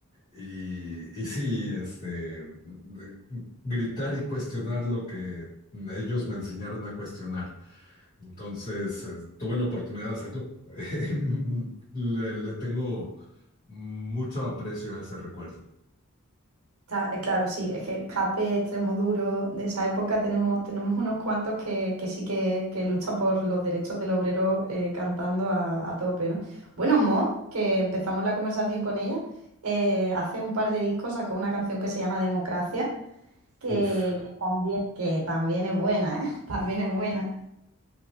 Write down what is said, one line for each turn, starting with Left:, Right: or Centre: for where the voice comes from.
Left: y, y sí, este, de- gritar y cuestionar lo que ellos me enseñaron a cuestionar. Entonces, eh, tuve la oportunidad de hacerlo. <laughs> Le, le tengo mucho aprecio a ese recuerdo.
Right: Ta- eh, Claro, sí, es que Escape, Extremo Duro, de esa época tenemos, tenemos unos cuantos que, que sí que, que luchan por los derechos del obrero eh, cantando a, a tope, ¿no? Bueno, Mon, que empezamos la conversación con ella, eh, hace un par de discos sacó una canción que se llama Democracia, que,
Left: Uf.
Right: que también, que también es buena, ¿eh? <laughs> También es buena.
Left: Y